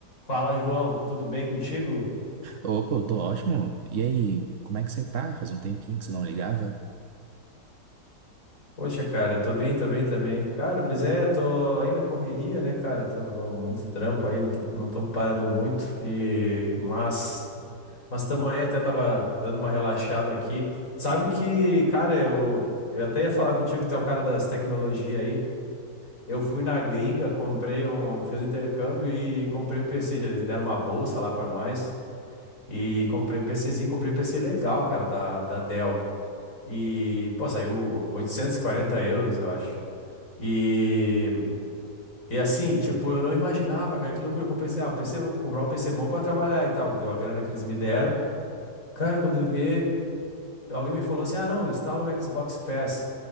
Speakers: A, on the left; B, on the right.
A: Fala, João, tudo bem contigo?
B: Opa, eu tô ótimo. E aí, como é que você tá? Faz um tempinho que você não ligava?
A: Poxa, cara, tô bem, tô bem também. Cara, pois é, tô aí na correria, né, cara? Tô muito trampo aí, não tô, não tô parando muito. E mas mas também aí, até tava dando uma relaxada aqui. Sabe que, cara, eu eu até ia falar contigo, tu é o cara das tecnologias aí. Eu fui na gringa, comprei um, fiz um intercâmbio e comprei um PC, eles deram uma bolsa lá pra nós. E comprei um PCzinho, comprei um PC legal, cara, da, da Dell. E, pô, saiu 840 euros, eu acho. E, e assim, tipo, eu não imaginava, cara, que loucura. Eu comprei assim, ah, PC, vou comprar um PC bom pra trabalhar e tal. Deu a grana que eles me deram. Cara, quando eu vi, alguém me falou assim: ah, não, instala o Xbox Pass.